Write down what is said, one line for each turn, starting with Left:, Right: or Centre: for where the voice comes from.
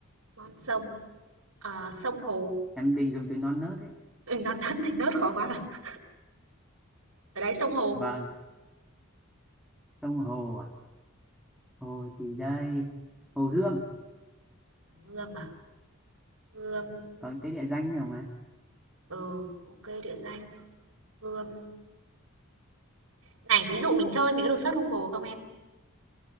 Right: non sông, à, sông hồ.
Centre: em định dùng từ non nớt đấy
Right: Ừ, non <laughs> đất thành nớt khó quá. à. Ở đấy sông hồ.
Centre: vâng sông hồ à hồ gì đây hồ Gươm
Right: Gươm à? Gươm
Centre: có cái địa danh nào mà
Right: Ừ, ok địa danh. Gươm này, ví dụ mình chơi mình có được search Google không em?